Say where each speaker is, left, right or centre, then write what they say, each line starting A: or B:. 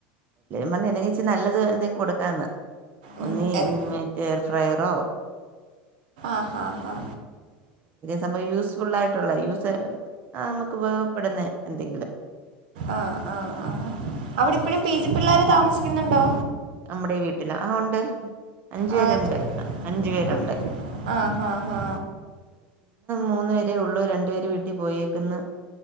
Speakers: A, on the right; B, on the right.
A: എന്തെങ്കച്ചച്ച് നല്ലത് എന്തെിലും കൊടുക്കാന്ന്
B: ഉം,
A: ഒനിങ്ങേ
B: എ-
A: എയർ ഫ്രയറോ
B: ആഹ് ഹാ
A: സംഭവ യൂസ്ഫുൾ ആയിട്ടുള്ള യൂസ് നമുക്ക് ഉപയോഗപ്പെടുന്ന എന്തെങ്കിലും
B: ആ ആ ആ അവിടെ ഇപ്പഴും പി ജി പിള്ളോര് താമസിക്കുന്നുണ്ടോ
A: നമ്മുടെ വീട്ടില ആ ഉണ്ട് അഞ്ചു
B: ആ
A: പേരുണ്ട്
B: നേരത്തെ
A: അഞ്ചു പേർ
B: ആ
A: ഒണ്ട്
B: ആ ഹാ ഹാ
A: മൂന്ന വരേ ഉള്ളൂ രണ്ടുപേര് വീട്ടിൽ പോയേക്കുന്നു